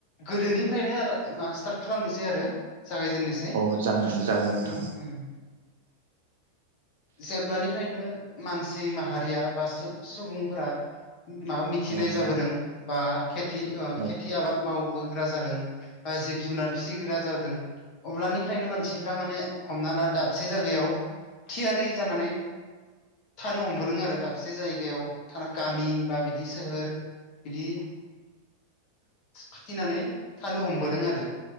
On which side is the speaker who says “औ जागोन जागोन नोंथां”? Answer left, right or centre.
Right